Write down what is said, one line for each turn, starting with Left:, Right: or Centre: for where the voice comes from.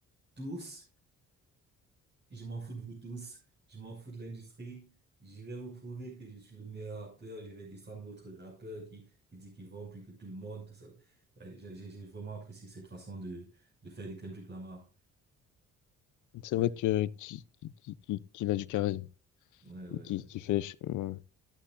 Right: tous. Je m'en fous de vous tous. Je m'en fous de l'industrie. Je vais vous prouver que je suis le meilleur rappeur. Je vais descendre votre rappeur qui, qui dit qu'il vend plus que tout le monde, tout ça. Ouais, j'ai, j'ai j'ai vraiment apprécié cette façon de, de faire de Kendrick Lamar.
Left: C'est
Right: Ouais,
Left: vrai que qui, qui, qui, qui- qu'il a du charisme,
Right: ouais, ouais,
Left: qui,
Right: ouais.
Left: qui fait. ch- ouais.